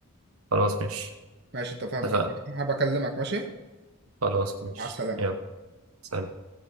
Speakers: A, on the right; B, on the right.
A: خلاص ماشي
B: ماشي اتفقنا
A: اتفقنا
B: هبكلمك ماشي
A: خلاص ماشي
B: مع السلامة
A: يلا سلام